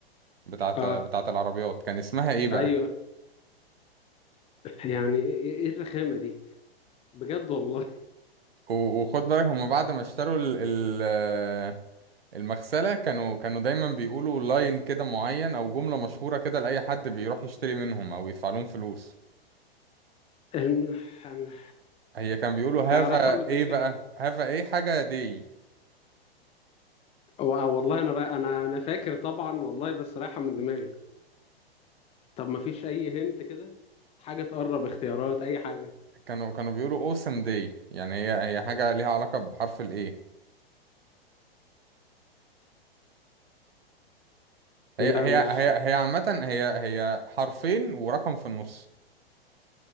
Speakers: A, on the right; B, on the left.
A: بتاعت
B: اه
A: بتاعت العربيات كان اسمها ايه بقى
B: ايوه يعني ايه إيه إيه الرخامة دي بجد والله
A: و- وخد بالك هم بعد ما اشتروا ال المغسلة كانوا كانوا دايما بيقولوا لاين كده معين او جملة مشهورة كده لأي حد بيروح يشتري منهم او يدفع لهم فلوس
B: الم- انا
A: هي كان بيقولوا هافا
B: أنا رايحة من
A: ايه
B: دماغي
A: بقى هافا ايه حاجة دي
B: و- آه، والله انا راي... انا انا فاكر طبعا والله بس رايحة من دماغي طب ما فيش اي هنت كده حاجة تقرب اختيارات اي حاجة
A: كانوا كانوا بيقولوا اوسم دي يعني هي هي حاجة ليها علاقة بحرف الايه هي
B: لا
A: هي
B: مش
A: هي هي عامة هي هي حرفين ورقم في النص